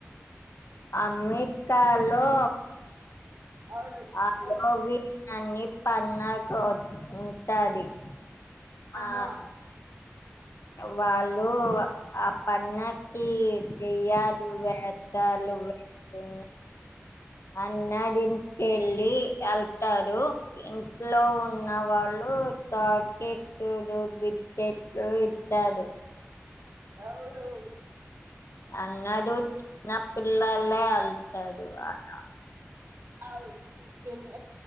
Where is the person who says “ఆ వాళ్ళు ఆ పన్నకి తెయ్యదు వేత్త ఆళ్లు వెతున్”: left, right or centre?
Left